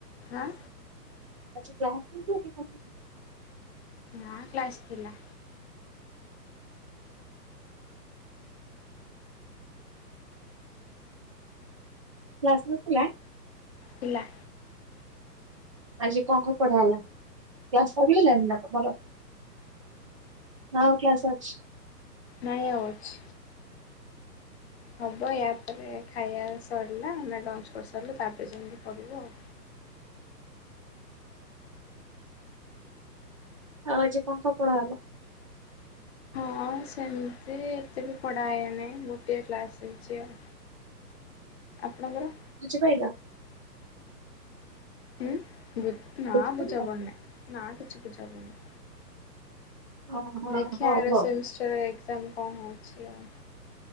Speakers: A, on the left (about 40°); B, on the right (about 20°).
A: ଆଁ।
B: ଆଜି କ୍ଲାସ୍ ନଥିଲା କି ତମର?
A: ହଁ କ୍ଲାସ୍ ଥିଲା।
B: କ୍ଲାସ୍ ନଥିଲା?
A: ଥିଲା।
B: ଆଜି କଣ କଣ ପଢା ହେଲା କ୍ଲାସ୍ ସାରିଗଲାଣିନା ତମର? ହଁ କ୍ଲାସ୍ ଅଛି।
A: ନାଁଇ ଆଉ ଅଛି। ହବ ୟାପରେ ଖାଇବା ସରିଲା। ଆମେ ଲଞ୍ଚ କରିସାରିଲୁ ତାପରେ ଜାଇଁକି ପଢିବୁ ଆଉ।
B: ଆଉ ଆଜି କଣ କଣ ପଢା ହେଲା?
A: ହଁ ସେମିତି, ଏତେ ବି ପଢ଼ାହେଇ ନାହିଁ ଗୋଟିଏ କ୍ଲାସ୍ ଅଛି ଆଉ। ଆପଣଙ୍କର?
B: ବୁଝି ପାଇଲ?
A: ହୁଁ ବୁଝ୍ ନା
B: ବୁଝିପାରିଲ?
A: ବୁଝାପଡୁନାଇଁ, ନା କିଛି ବୁଝାପଡ଼ୁନି।
B: ଓହୋ
A: ଦେଖିବା
B: ହଉ
A: ଆର
B: ହଉ।
A: ସେମିଷ୍ଟର୍ ଏକ୍ଜାମ୍ କଣ ହଉଛି ଆଉ?